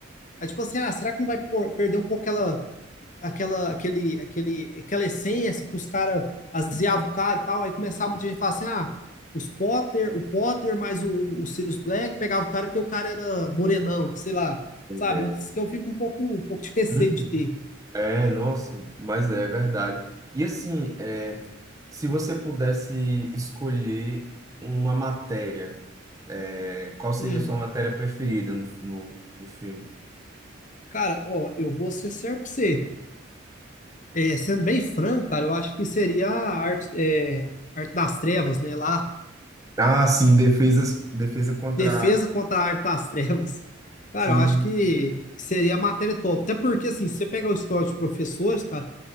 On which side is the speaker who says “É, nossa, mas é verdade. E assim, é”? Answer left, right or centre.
Right